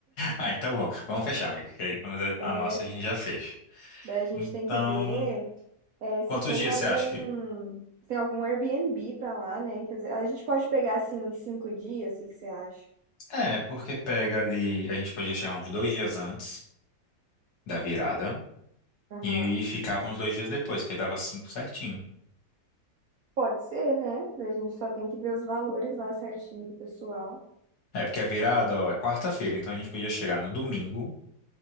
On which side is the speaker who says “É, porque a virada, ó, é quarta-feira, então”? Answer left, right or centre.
Left